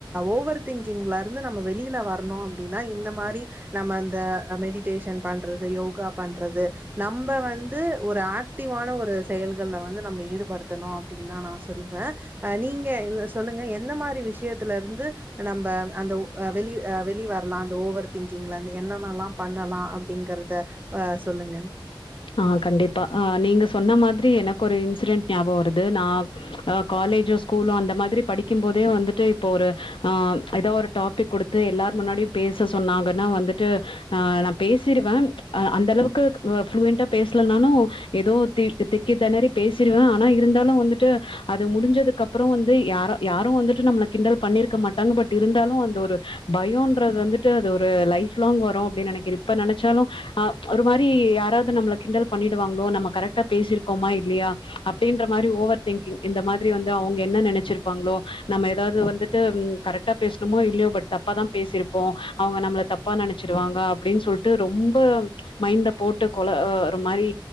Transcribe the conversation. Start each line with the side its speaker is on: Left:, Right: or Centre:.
Right: ஓவர் திங்கிங்ல இருந்து நம்ம வெளியில வரணு அப்டின்னா இந்த மாரி நம்ம அந்த ஆ மெடிடேஷன் பண்றது யோகா பண்றது நம்ப வந்து ஒரு ஆக்டிவான ஒரு செயல்கள்ல வந்து நம்ம ஈடுபடுத்தணு அப்டின்னுதா நா சொல்லுவ ஆ நீங்க சொல்லுங்க எந்த மாரி விஷயத்துல இருந்து நம்ப அந்த உ வெளி ஆ வெளி வரலா அந்த ஓவர் திங்கிங்லந்து என்னென்னல்லா பண்ணலா அப்டிங்கறத ஆ சொல்லுங்க
Left: ஆ கண்டிப்பா ஆ நீங்க சொன்ன மாதிரி எனக்கு ஒரு இன்சிடென்ட் ஞாபகம் வருது நா ஆ காலேஜோ ஸ்கூலோ அந்த மாதிரி படிக்கும் போதே வந்துட்டு இப்ப ஒரு ஆ ஏதோ ஒரு டாப்பிக் கொடுத்து எல்லார் முன்னாடியு பேச சொன்னாங்கன்னா வந்துட்டு ஆ நா பேசிருவ ஆ அந்தளவுக்கு ஃப்ளுயன் ட்டா பேசலனாலு ஏதோ திக் திக்கி தெணறி பேசிடுவ ஆனா இருந்தாலு வந்துட்டு அது முடிஞ்சதுக்கு அப்புற வந்து யாரு யாரு வந்துட்டு நம்மள கிண்டல் பண்ணிருக்க மாட்டாங்க பட் இருந்தாலு அந்த ஒரு பயோன்றது வந்துட்டு அது ஒரு லைஃப் லாங் வரு அப்டின்னு நெனைக் இப்ப நெனைச்சாலு ஆ ஒரு மாரி யாராது நம்மள கிண்டல் பண்ணிடுவாங்களோ நம்ம கரெக்ட பேசிருக்கோமா இல்லையா அப்டின்ற மாரி ஓவர் திங்க் இந்த மாதிரி வந்து அவங்க என்ன நினைச்சிருப்பாங்களோ நம்ம எதாவது வந்துட்டு கரெக்டா பேசணுமோ இல்லயோ பட் தப் தாப்பா தா பேசிருப்போ அவங்க நம்மள தப்பா நினைச்சிருவாங்க அப்டின்னு சொல்ட்டு ரொம்ப மைண்ட போட்டு கொல ஒரு மாரி